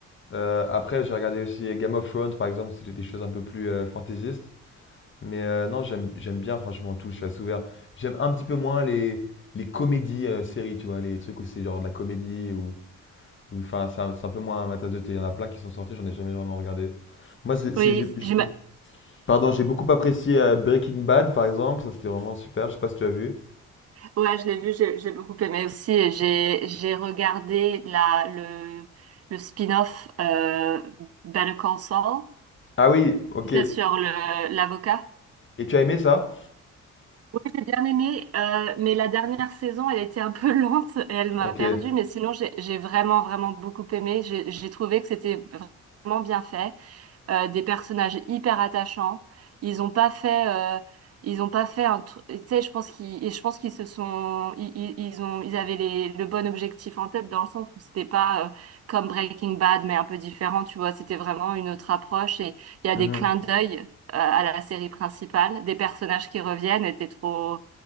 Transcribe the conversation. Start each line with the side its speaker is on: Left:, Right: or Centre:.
Left: Heu, après, j'ai regardé aussi Game of Thrones, par exemple, c'était des choses un peu plus, heu, fantaisistes. Mais, heu, non, j'aime j'aime bien, franchement, tout. Je suis assez ouvert. J'aime un petit peu moins les les comédies, heu, séries, tu vois? Les trucs où c'est genre de la comédie ou ou enfin, c'est un c'est un peu moins ma tasse de thé. Il y en a plein qui sont sortis, j'en ai jamais vraiment regardé. Moi, c'est
Right: Oui,
Left: c'est j'ai j'ai
Right: j'ai ma-
Left: pardon, j'ai beaucoup apprécié, heu, Breaking Bad, par exemple. Ça, c'était vraiment super. Je sais pas si tu as vu?
Right: ouais, je l'ai vu, j'ai j'ai beaucoup aimé aussi. et J'ai j'ai regardé la le le spin-off euh, Better Call Saul,
Left: Ah oui, OK.
Right: tu sais, sur le l'avocat.
Left: Et tu as aimé ça?
Right: j'ai bien aimé, euh, mais la dernière saison, elle était un peu <laughs> lente et elle m'a
Left: Ok.
Right: perdue. Mais sinon, j'ai j'ai vraiment, vraiment beaucoup aimé. J'ai j'ai trouvé que c'était vraiment bien fait euh, des personnages hyper attachants. Ils ont pas fait, euh, ils ont pas fait un truc. Tu sais, je pense qu'ils, et je pense qu'ils se sont, ils, ils- ils ont, ils avaient les, le bon objectif en tête dans le sens où c'était pas euh, comme Breaking Bad, mais un peu différent. Tu vois, c'était vraiment une autre approche et il y a
Left: Mhm.
Right: des clins d'œil euh, à la série principale, des personnages qui reviennent. Et t'es trop,